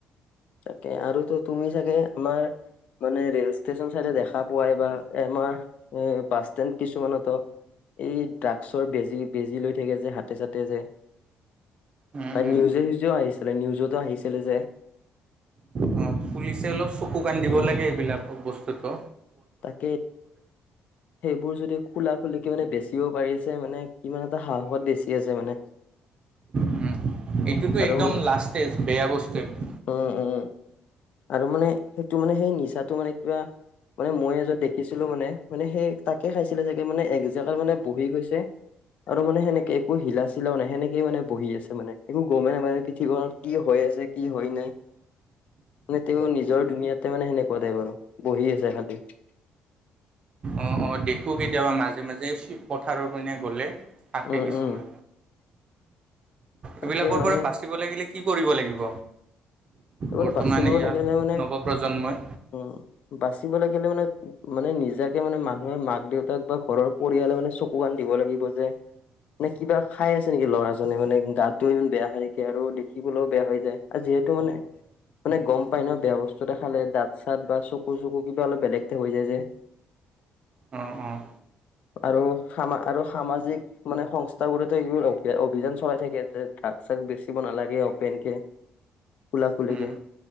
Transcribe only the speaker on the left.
তাকে আৰুতো তুমি চাগে আমাৰ মানে ৰেল ষ্টেচন চাইডে দেখা পোৱাই বা আমাৰ এ বাছ ষ্টেণ্ড কিছুমানতো এই ড্ৰাগছৰ বেজী বেজী লৈ থাকে যে হাতে চাতে যে
তাত
নিউজে নিউজেও আহিছিলে নিউজতো আহিছিলে যে
উম
তাকে সেইবোৰ যদি খোলা খুলিকে মানে বেছি ও পাৰিছে মানে কিমান এটা সাহসত বেছি আছে মানে
আৰু
মানে
উম উম আৰু মানে সেইটো মানে সেই নিচাটো মানে কিবা মানে মই এয দেখিছিলো মানে মানে সেই তাকে খাইছিলে চাগে মানে একজেগা মানে বহি গৈছে আৰু মানে সেনেকে একো হিলা চিলাও নাই সেনেকে মানে বহি আছে মানে একো গমে নাপাইায়ে পৃথিৱত কি হয় ছে কি হয় নাই মানে তেওঁ নিজৰ দুুনীয়াতে মানে সেনেকুৱাতোই বাৰু বহি আছে শান্তিত
উম
উম তাকে
মানে
এইবোৰো
বাচিব
লাগিলে মানে
উম বাচিব লাগে মানে মানে নিজাকে মানে মানুহে মাক দেউতাক বা ঘৰৰ পৰিয়ালে মানে চকু কাণ দিব লাগিব যে মানে কিবা খাই আছে নেকি ল'ৰাজনে মানে গাটোও ইমান বেয়া হৈ থাকে আৰু দেখিবলৈও বেয়া হৈ যায় আজি যিহেতু মানে মানে গম পাই ন বেয়া বস্তু এটা খালে দাঁত চত বা চকুৰ চকু কিবা অলপ বেলেগ টাইপ হৈ যায় যে <inaudible>
আৰু সা আৰু সামাজিক মানে সংস্থা বোৰতো এইবোৰ অভিযান চলাই থাকে তাত চাক বেচিব নালাগে অপেন কে খোলা খুলি
কে